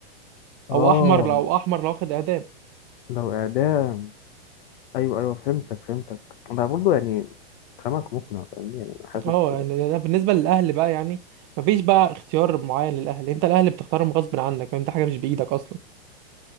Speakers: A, on the left (about 60°); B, on the right (about 35°).
A: اه
B: او احمر لو احمر لو واخد اعدام
A: لو إعدام أيوه أيوه فهمتك فهمتك أنا برضه يعني كلامك مقنع فاهمني يعني أنا حاسس
B: اه يعني أنا بالنسبة للاهل بقى يعني مفيش بقى اختيار معين للاهل انت الاهل بتختارهم غصب عنك يعني انت حاجة مش بايدك اصلا